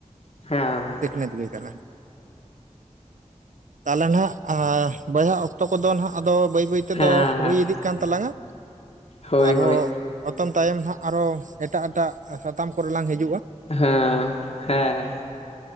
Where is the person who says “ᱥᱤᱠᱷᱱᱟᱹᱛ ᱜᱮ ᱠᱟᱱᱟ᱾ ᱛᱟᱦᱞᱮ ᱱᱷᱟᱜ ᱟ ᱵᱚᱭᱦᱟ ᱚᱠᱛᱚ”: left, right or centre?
Right